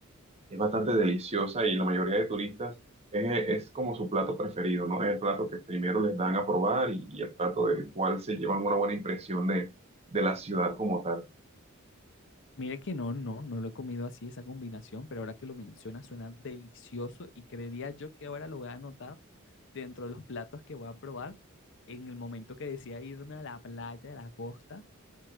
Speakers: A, on the right; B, on the left.
A: es bastante deliciosa y la mayoría de turistas es, es como su plato preferido, ¿no? Es el plato que primero les dan a probar y, y el plato del cual se llevan una buena impresión de, de la ciudad como tal.
B: Mire que no, no, no lo he comido así, esa combinación, pero ahora que lo menciona suena delicioso y creería yo que ahora lo voy a anotar dentro de los platos que voy a probar en el momento que decida irme a la playa de la costa